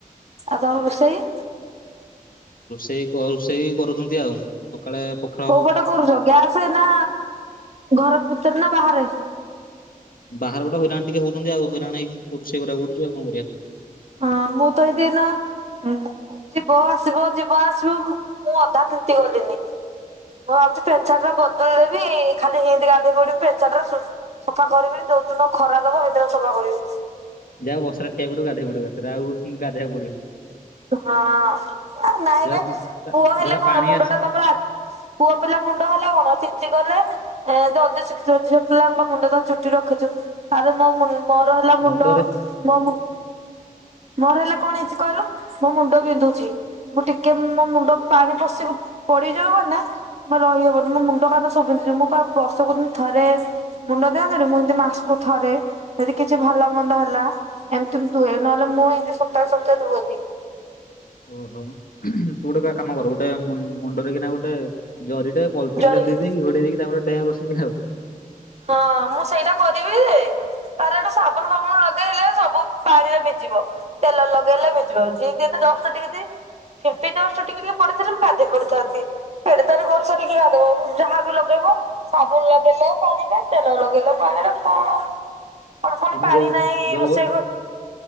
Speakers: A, on the right; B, on the left.
A: ଆଉ ତମ ରୋଷେଇ
B: ରୋଷେଇ କ ରୋଷେଇ କରୁଛନ୍ତି ଆଉ ସକାଳେ ପ
A: କୋଉ ପଟେ କରୁଛ ଗ୍ୟାସ ନା ଘର ଭିତରେ ନା ବାହାରେ
B: ବାହାର ପଟେ ହଇରାଣ ଟିକେ ହଉଛନ୍ତି ଆଉ ହଇରାଣ ହେଇକି ରୋଷେଇ କରିବାକୁ ପଡୁଛି ଆଉ କଣ କରିବା
A: ହଁ ମୁଁ ତ ଦିନ ହୁଁ ଯିବ ଆସିବ ଯିବ ଆସିବ ମୁଁ ଅଧା ତିନ୍ତି ଗଲିନି ମୁଁ ଭାବୁଛି ପେନ୍ସାର୍ଟ ଟା ବଦଳି ଦେବି ଖାଲି ସେମିତି ଗାଧୋଇ ପଡିବି ପେନ୍ସସାର୍ଟ ଖାଲି ସେମିତି ସଫା କରିବିନି ଯୋଉ ଦିନ ଖରା ଦବ ସେଦିନ ସଫା କରିବି।
B: ଯାହା ବର୍ଷାରେ ଠିଆ ପଡିବୁ ଗାଧୋଇଆ ପଡିବୁ ଏକା ଥରେ ଆଉ ଗାଧେଇବାକୁ ପଡିବନି
A: ହଁ ଆ ନାଇ
B: ଜରା
A: ବେ ପୁଅ ହେଲେ
B: ଜରା
A: କଣ
B: ପାଣି
A: ମୁଣ୍ଡ
B: ଆସ
A: ଟା ତମର ଆ ପୁଅ ପିଲା ମୁଣ୍ଡ ହେଲେ କଣ ତିନ୍ତୀ ଗଲେ ଏ ଜଲଦି ଶୁଖିଯିବ ଝିଅ ପିଲାଙ୍କ ମୁଣ୍ଡ ତ ଚୁଟି ରଖିଛୁ ଆରେ ମୋ ମୁ ମୋର ହେଲା ମୁଣ୍ଡ
B: ମୁଣ୍ଡରେ
A: ମୋ ମୁ ମୋର ହେଲା କଣ ହେଇଛି କହିଲୁ ମୋ ମୁଣ୍ଡ ବିନ୍ଧୁଛି। ମୁଁ ଟିକେ ମୋ ମୁଣ୍ଡ ପାଣି ପଶିକକୁ ପଡିଯିବ ମାନେ ଜମା ରହି ହବନି ମୋ ମୁଣ୍ଡ କାନ ସବ ପିନ୍ଧିି ମୁଁ ବର୍ଷକୁ ଥରେ ମୁଣ୍ଡ ଦିଅନ୍ତ ମୁଁ ଏମିତି ମାସକୁ ଥରେ ଯଦି କିଛି ଭଲ ମନ୍ଦ ହେଲା ଏମିତି ଦୁହଇ ନ ନ ମୁ ଇମିତି ସପତା ସପତା ଧୁଅନ୍ତି
B: ଓହୋ ତୁ ଗୋଟେ କ କାମ କର ଗୋଟେ ମୁଣ୍ଡରେ କିନା ଗୋଟେ ଜରିଟେ ପଲିଥିନ୍
A: ଜରି
B: ଟା ଦେଇକ ଘଡେଇ ଦେଇକ ତାପ ଡାଁ ବସିକି ଆଉ
A: ହଁ ମୁଁ ସେଇଟା କରିବିଯେ ତାର ଏଠୁ ସାବୁନ୍ ଫାବୁନ୍ ଲଗେଇଲେ ସବୁ ପାଣିରେ ଭିଜିବ। ତେଲ ଲଗେଇଲେ ଭିଜିବ ଯେତି ଦଶା ଟିକେଯି ିମ୍ପି ଜଷ୍ଟ ଟିକେ ଟିକେ ପଡ଼ିଥିଲେ ମୁଁ କାଧେଇ ପଡ଼ିଥାନ୍ତି। ଏଡ଼େ ତରେ ବର୍ଷାରେ କିଏ ଗାଧେଇବ ଯାହାବି ଲଗେଇବ ସାଗୁନ୍ ଲଗେଇଲେ ପାଣିରେ ତେଲ ଲଗେଇଲେ ବାହାରେ କଣ କଣ ଫୁଣି
B: ଏଇନା
A: ପାଣି
B: ଯୋଉ
A: ନାହିଁ
B: ଯୋଉ
A: ରୋଷେଇକ